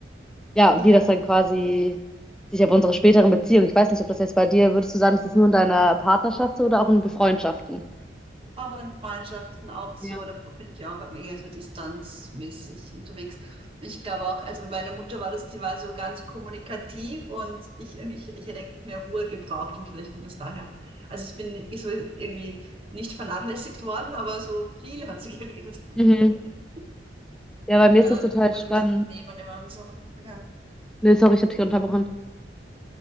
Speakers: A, in the centre; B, on the right.
A: ja,
B: Ja.
A: wie das dann quasi sich auf unsere späteren Beziehungen. Ich weiß nicht, ob das jetzt bei dir, würdest du sagen, ist das nur in deiner Partnerschaft so oder auch in Befreundschaften?
B: Auch in Freundschaften auch so,
A: Ja.
B: da bin ich auch immer eher so distanzmäßig unterwegs. Ich glaube auch, also bei meiner Mutter war das, die war so ganz kommunikativ und ich, ich, ich hätte eigentlich mehr Ruhe gebraucht und vielleicht kommt das daher. Also ich bin so irgendwie nicht vernachlässigt worden, aber so viel hat sie geredet.
A: Mhm.
B: <laughs>
A: Ja, bei mir
B: Ja,
A: ist das total
B: die wollte
A: spannend.
B: was unternehmen immer und so. Ja,
A: Nee, sorry, ich habe dich unterbrochen.